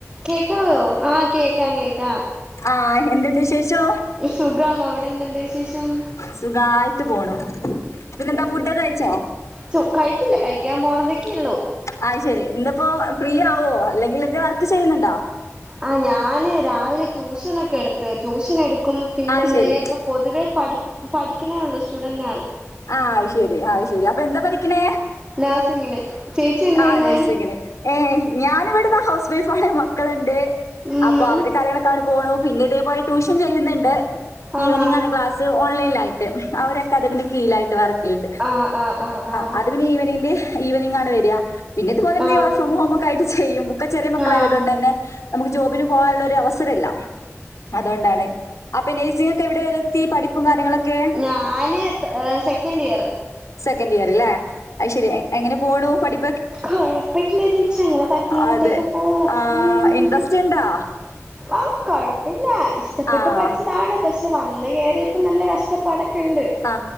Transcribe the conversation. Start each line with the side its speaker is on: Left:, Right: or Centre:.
Right: കേക്കാവോ ആഹ് കേക്കാം കേക്കാം
Left: ആഹ് എന്തുണ്ടിശേഷം
Right: ഈശുഖം അവിടെ എന്ത്ണ്ട് വിശേശം
Left: സുഖായിട്ട് പോണു പിന്നെന്താ ഫുടൊക്കഴിച്ചോ
Right: ശു കഴിച്ചില്ല കഴിക്കാൻ പോണതെക്കെള്ളൂ
Left: അയ് ശെരി ഇന്നിപ്പോ ഫ്രീ ആവോ അല്ലെങ്കിലെന്ത് വർക്ക് ചെയ്യുന്നുണ്ടോ?
Right: ആഹ് ഞാന് രാവിലെ ട്യൂഷനെക്കെടുത്ത് ട്യൂഷനെടുത്ത് പിന്നെന്തായാപ്പൊ
Left: ആഹ് ശരി
Right: പൊതുവേ പഠി പഠിക്ക്ണേ ഒള്ളൂ സ്റ്റുഡന്റാണ്
Left: ആഹ് അയ്ശെരി അയ് ശെരി അപ്പൊ എന്താ പഠിക്കണേ?
Right: നാസിങ്ങിന് ചേച്ചി എന്ത്
Left: ആഹ്
Right: യിന്ന്?
Left: നഴ്സിങ്ങിന് ഏഹ് ഞാനിവിട്പ്പ ഹൗസ് വൈഫാണ് മക്കള്ണ്ട്
Right: ഉം
Left: അപ്പൊ അവരെ കാര്യങ്ങളെക്കാണ് പോണു പിന്നിതേപോലെ ട്യൂഷൻ ചെയ്യ്ന്നുണ്ട്
Right: ആഹാ
Left: ഈവനിംഗാണ് ക്ലാസ് ത് ഓൺലൈൻലായിട്ട് ഒരക്കാദമീന്റെ കീയ്ലായിട്ട് വർ ല്ണ്ട്
Right: ആഹ് ആഹ് ആഹ്
Left: ആ
Right: ആഹ്
Left: അത് പിന്നെ ഈവനീന്റെ ഈവനിംഗാണ് വരിക പിന്നെതുപോലെ നീ
Right: ആഹ്
Left: വർ ഫ്രം ഹോമൊക്കായിട്ട് ചെയ്യും ഒക്കെ ചെറ്യ മക്കളായതുകണ്ട്
Right: ആഹ്
Left: തന്നെ നമുക്ക് ജോബിന് പോകാനുള്ള ഒരു അവസരല്ല അതുകൊണ്ടാണ് അപ്പൊ നഴ്സിംഗ ഒക്കെ എവിടെ വരെ ത്തീ പഠിപ്പും കാര്യങ്ങളൊക്കെ
Right: ഞാന് സെക്കൻഡ് ഇയറ്
Left: സെക്കൻഡ് ഇയർ ലെ അത് ശരി എങ്ങനെ പോണു പഠി
Right: കൊഴപ്പമില്ല ചേച്ചി അങ്ങനെ തട്ടീം മുട്ടീംയൊക്കെ
Left: അതെ
Right: പോവും
Left: ആഹ്
Right: ഉം
Left: ഇൻട്രസ്റ്റ് ഇണ്ടാ
Right: ആഹ് കൊഴപ്പില്ല ഇഷ്ടപ്പെട്ട്
Left: ആഹ്
Right: പഠിച്ച ഇതാണ് പക്ഷെ വന്ന് കേറിയപ്പോ നല്ല കഷ്ടപ്പാടൊക്കെ ഉണ്ട്
Left: ആ